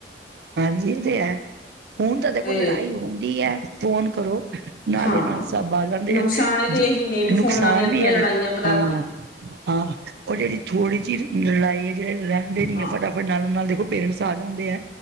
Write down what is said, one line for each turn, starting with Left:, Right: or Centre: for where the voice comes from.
Right: ਹਾਂਜੀ ਇਹ ਤੇ ਹੈ, ਹੁਣ ਤਾਂ ਦੇਖੋ
Left: ਤੇ
Right: ਲੜਾਈ ਹੁੰਦੀ ਹੈ ਫੋਨ ਕਰੋ ਨਾਲੋਂ
Left: ਹਾਂ
Right: ਨਾਲ ਸਭ ਆ ਜਾਂਦੇ
Left: ਨੁਕਸਾਨ
Right: ਆ
Left: ਇਹਦੇ
Right: ਜ
Left: ਇਹੀ ਨੇ ਵੀ
Right: ਨੁਕਸਾਨ
Left: ਫੋਨਾਂ ਨੇ ਅੱਧੀਆਂ
Right: ਵੀ
Left: ਲੜਾਈਆਂ
Right: ਵੇ
Left: ਵਧਾਤੀਆਂ
Right: ਹਾਂ। ਹਾਂ ਉਹ ਜਿਹੜੀ ਥੋੜ੍ਹੀ ਜਿਹੀ ਲੜਾਈ ਹੈ ਜਿਹੜੇ ਰਹਿੰਦੇ ਨੀ
Left: ਹਾਂ
Right: ਹੈ ਫਟਾਫਟ ਨਾਲੋਂ-ਨਾਲ ਦੇਖੋ ਪੇਰੈਂਟਸ ਆ ਜਾਂਦੇ ਹੈ